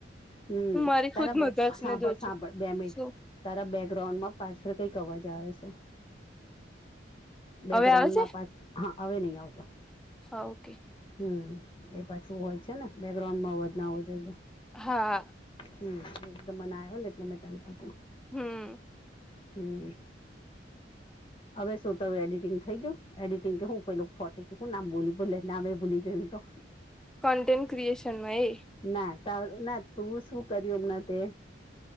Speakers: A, on the left; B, in the centre.
A: હમ,
B: હું મારી
A: તારા
B: ખુદ
A: બે
B: મધર્સ
A: સાંભળ
B: ને જોઉં
A: -સાંભળ
B: છું
A: બે મિનિટ
B: શું
A: તારા બેકગ્રાઉન્ડ માં પાછળ કઈક અવાજ આવે છે. બેકગ્રાઉન્ડમાં
B: હવે આવે છે
A: પાછ હા હવે નહી આવતો.
B: હા ઓકે.
A: હમ, એ પાછું હોય છે ને બેકગ્રઉન્ડમાં અવાજ ના આવો જોઈએ.
B: હા.
A: હમ, એકદમ મને આયોને એટલે મે તને કીધું.
B: હમ.
A: હમ. હવે શું તારુ એડિટિંગ થઈ ગયું? એડિટિંગ કે હું પેલું ફોટી કે હું નામ બોલી ભલે નામે ભૂલી ગયી હું તો.
B: કન્ટેન્ટ ક્રિએશનમાં એ.
A: ના તાર ના તું શું કર્યું હમણાં તે?